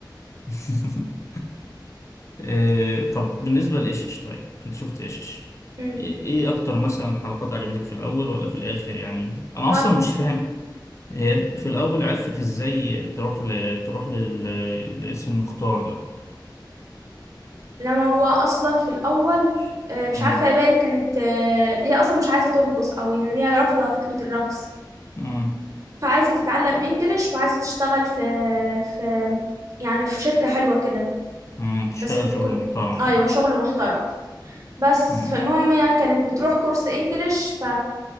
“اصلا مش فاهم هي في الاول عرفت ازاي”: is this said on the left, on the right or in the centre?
Left